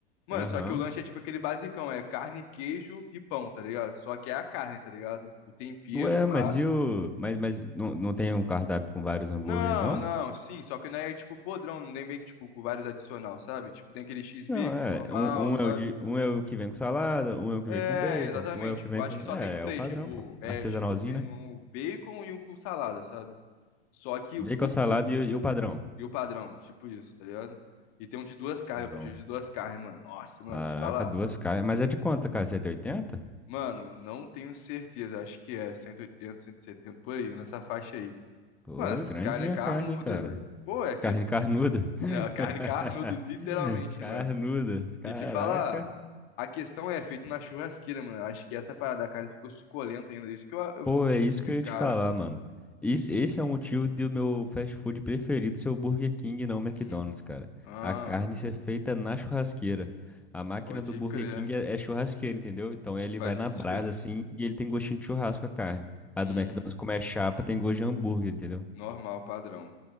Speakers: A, on the left (about 45°); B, in the centre.
A: Mano,
B: Aham.
A: só que o lanche é tipo aquele basicão, é carne, queijo e pão, tá ligado? Só que é a carne, tá ligado? O tempero,
B: Ué,
A: pá.
B: mas e o. Mas, mas não, não tem um cardápio com vários hambúrgueres,
A: Não,
B: não?
A: não, sim, só que não é tipo podrão, não tem meio que tipo com vários adicional, sabe? Tipo, tem aquele X-bico
B: Não, é.
A: normal,
B: Um, um
A: sabe?
B: é o de, um é o que vem com salada, um é o que
A: É,
B: vem com bacon,
A: exatamente,
B: um é o que
A: tipo,
B: vem
A: acho
B: com.
A: que só
B: É,
A: tem três,
B: é o padrão,
A: tipo,
B: pô.
A: é,
B: Artesanalzinho,
A: tipo, tem
B: né?
A: um bacon e um com salada, sabe? Só que
B: Bacon,
A: o
B: salada
A: bom
B: e, o- e o padrão.
A: e o padrão, tipo isso, tá ligado? E tem um de duas carnes,
B: Então,
A: eu pedi o de duas carnes, mano. Nossa, mano,
B: caraca,
A: te falar.
B: duas carnes. Mas é de quanto, cara? cento e oitenta?
A: Mano, não tenho certeza. Acho que é cento cento e oitenta, cento e setenta por aí, nessa faixa aí.
B: Pô,
A: Mano, essa
B: grandinha
A: carne é carnuda,
B: a carne, cara.
A: velho. Pô, é ser...
B: Carne carnuda.
A: é, <laughs> carne carnuda,
B: <laughs>
A: literalmente,
B: Carnuda.
A: mano.
B: Caraca.
A: E te falar, a questão é feito na churrasqueira, mano. Acho que essa parada da carne ficou suculenta ainda. Isso que eu, eu
B: Pô,
A: fico tipo
B: é isso que
A: de
B: eu ia
A: cara,
B: te falar,
A: mano.
B: mano. Esse, esse é o motivo do meu fast food preferido ser o Burger King e não o McDonald's,
A: Hum.
B: cara.
A: Ah,
B: A carne ser feita na churrasqueira. A máquina
A: pode
B: do Burger
A: crer.
B: King é, é churrasqueira, entendeu? Então ele
A: Faz
B: vai na
A: sentido.
B: brasa assim e ele tem gostinho de churrasco a carne.
A: Hum,
B: A do McDonald's, como é chapa, tem gosto de hambúrguer, entendeu?
A: normal, padrão.